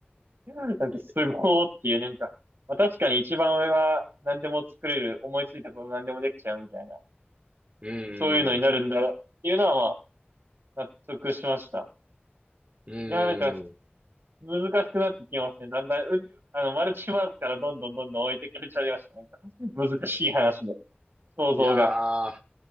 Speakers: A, on the right (about 70°); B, on the right (about 35°).
A: んかすごーっていう、
B: い
A: なんか、まあ、確かに一番上は何でも作れる、思いついたこと何でもできちゃうみたいな、
B: うん。
A: そういうのになるんだろうっていうのはまあ、納得しました。
B: うん。
A: いやー、なんか、難しくなってきますね。だんだん、う、あの、マルチバースからどんどんどんどん置いてかれちゃいました。なんか、難しい話で、想像が。
B: いやー、